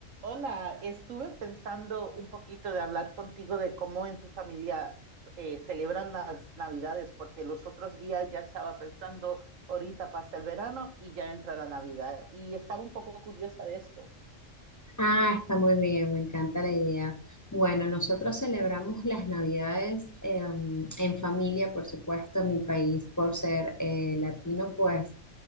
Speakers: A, on the right; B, on the left.
A: Hola, estuve pensando un poquito de hablar contigo de cómo en tu familia eh, celebran las Navidades, porque los otros días ya estaba pensando, ahorita pasa el verano y ya entra la Navidad, y estaba un poco curiosa de esto.
B: Ah, está muy bien, me encanta la idea. Bueno, nosotros celebramos las Navidades eh, en familia, por supuesto, en mi país, por ser eh, latino, pues